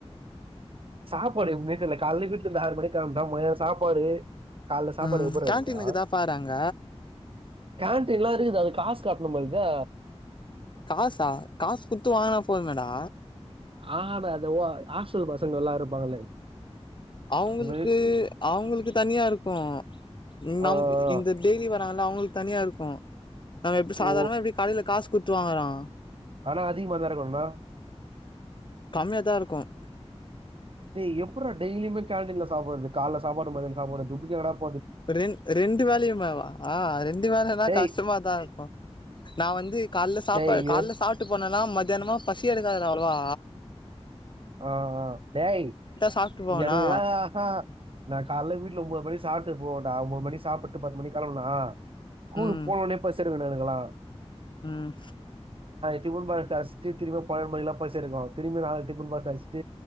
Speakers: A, on the right; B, on the left.
A: சாப்பாடு எப்முமே தெர்ல காலைல வீட்டுல முந்து ஆறு மணி களம்பினோ மதியம் சாப்பாடு காலைல சாப்பாடு
B: ம்
A: எப்படி
B: கேன்டீனு
A: இருக்குங்க
B: இருக்குதா பாறாங்க
A: கேன்டீன்லாம் இருக்குது அது காசு கட்டணு போல்க்குதே
B: காசா காசு குத்து வாங்குனா போது மேடா
A: ஆனா அத ஓ ஆஸ்டல் பசங்கள் எல்லாம் இருப்பாங்களே
B: அவுங்களுக்கு
A: அந்த மாதிரி,
B: அவுங்களுக்கு தனியா இருக்கும் இ
A: ஆஹ்,
B: நம் இந்த டெய்லி வர னால அவுங்களுக்கு தனியா இருக்கும் நம்ம எப்டிசாதாரணமா
A: ஓ
B: எப்டி காலைல காசு குத்து வாங்கறான்
A: ஆனா அதிகமாதான வரணும்
B: கம்மியாதான் இருக்கும்
A: டேய் எப்டா டெய்லியுமே கேண்டின்ல சாப்படுது கால சாப்பாடு மதிய சாப்பாடு <unintelligible>
B: ரெ ரெண்டு வேலயுமாவா ஆ ரெண்டு வேலன்னா
A: டேய்
B: கஷ்டமாதான் இருக்கும் நான் வந்து காலைல சாப்பா
A: டேய்
B: காலைல சாப்ட்டு போனனா மதியானமா பசி எடுக்காதனளவா
A: ஆ ஆ டேய்
B: சாப்ட்டு போவனா
A: எனக்குல்லாம் ஹ நான் காலைல வீட்ல ஒன்பது மணி சாப்ட்டு போடா ஒம்ப மணி சாப்ட்டு பத்து மணி கெலம்னா ஸ்குல்கு
B: ம்
A: போனவுனே பசி எ <unintelligible> களா
B: ம்
A: <unintelligible> அஷ்டு திரும்பியும் கோமைல பசி எடுக்கும் திரும்பி நாலு டிபன் பாக்ஸ் ஃபர்ஸ்ட்